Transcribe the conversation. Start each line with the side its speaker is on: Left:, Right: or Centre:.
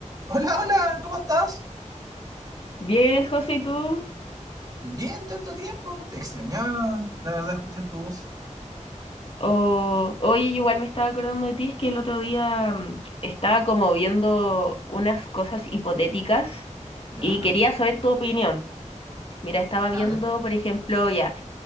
Right: Hola, hola, ¿cómo estás?
Left: Bien, José, ¿y tú?
Right: Bien, tanto tiempo. Te extrañaba, la verdad, escuchas tu voz.
Left: O, oye, yo igual me estaba acordando de ti, es que el otro día mm, estaba como viendo unas cosas hipotéticas
Right: Ya,
Left: y quería saber tu opinión. Mira, estaba viendo,
Right: a ver.
Left: por ejemplo, ya,